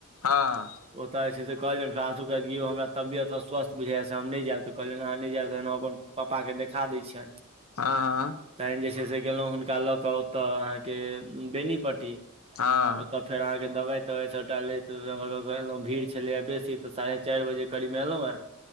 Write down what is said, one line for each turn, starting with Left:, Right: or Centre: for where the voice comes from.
Left: हँ।
Right: ओतय जे छै से कहलियनि फासौ हमरा तबियत स्वस्थ बुझाइ से हम नहि जायब तऽ कहलियनि अहाँ नहि जायब त पापा के देखा दै छियनि।
Left: हँ हँ।
Right: तखन जे छै से गेलहुँ हुनका लऽ कऽ ओतय अहाँकेँ बेनीपट्टी
Left: हँ।
Right: तब फेर अहाँकेँ दवाइ तवाइ सब डालैतलहुँ भीड़ छलैय बेसी तऽ साढ़े चारि बजे कड़ी महलो